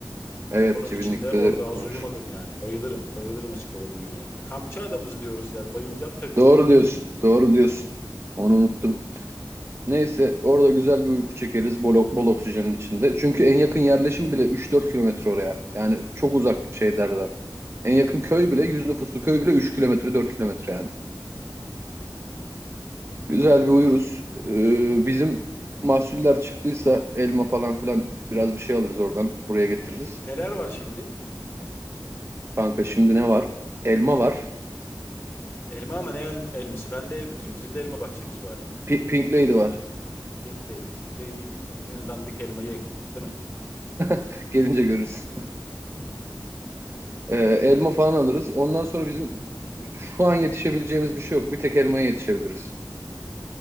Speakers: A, on the right (about 30°); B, on the left (about 30°).
A: Evet
B: Onun
A: cibinlikte
B: için de orada
A: de
B: az
A: olur.
B: uyumadım yani. Bayılırım. Bayılırım açık havada uyumaya. E, kampçı adamız diyoruz yani. Bayılacağım tabii.
A: Doğru diyorsun. Doğru diyorsun. Onu unuttum. Neyse orada güzel bir uyku çekeriz bol, bol oksijenin içinde. Çünkü en yakın yerleşim bile üç dört kilometre oraya. Yani çok uzak şeylerden. En yakın köy bile 100 nüfuslu köy bile 3 kilometre 4 kilometre yani.
B: Aynen.
A: Güzel bir uyuruz. Ee, bizim mahsuller çıktıysa elma falan filan biraz bir şey alırız oradan. Buraya getiririz.
B: Neler var şimdi?
A: Kanka şimdi ne var? Elma var.
B: Elma ama ne el- elması? Ben de elmacıyım. Bizim de elma bahçemiz vardı.
A: Pi- Pink Lady var.
B: Pink Lady. Pink Lady'yi bilmiyorum. En dandik elmayı eklenir değil mi?
A: <laughs> Gelince görürüz. <laughs> Ee, elma falan alırız. Ondan sonra bizim şu an yetişebileceğimiz bir şey yok. Bir tek elmaya yetişebiliriz.